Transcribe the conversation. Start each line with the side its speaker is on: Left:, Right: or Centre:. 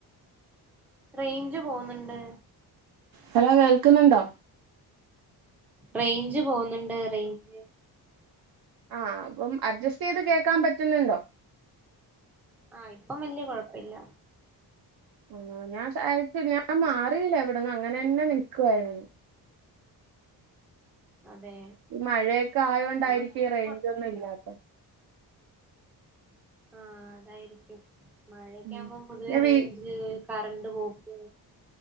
Centre: റേഞ്ച് പോകുന്നുണ്ട്
Right: ഹലോ കേൾക്കുന്നുണ്ടോ
Centre: റേഞ്ച് പോകുന്നുണ്ട് റേഞ്ച്
Right: ആ അപ്പം അഡ്ജസ്റ്റ് ചെയ്ത് കേൾക്കാൻ പറ്റുന്നുണ്ടോ
Centre: ആഹ് ഇപ്പം വല്യ കുഴപ്പില്ല
Right: ആ ഞാൻ ഞാൻ മാറിയില്ല എവിടന്ന് അങ്ങനെ തന്നെ നിൽക്കുഅയിരുന്നു
Centre: അതെ
Right: ഈ മഴയൊക്കെ ആയൊണ്ടായിരിക്കും
Centre: ആഹ് ഇപ്പൊ
Right: ഈ റേഞ്ച്
Centre: കൊഴപ്പില്ല
Right: ഒന്നും ഇല്ലാത്ത
Centre: ആഹ അതായിരിക്കും മഴക്കെ
Right: ഉം
Centre: ആവുമ്പോം
Right: പിന്നെ
Centre: പൊതുവെ റേഞ്ച്
Right: വീ
Centre: കറണ്ട് പോക്ക്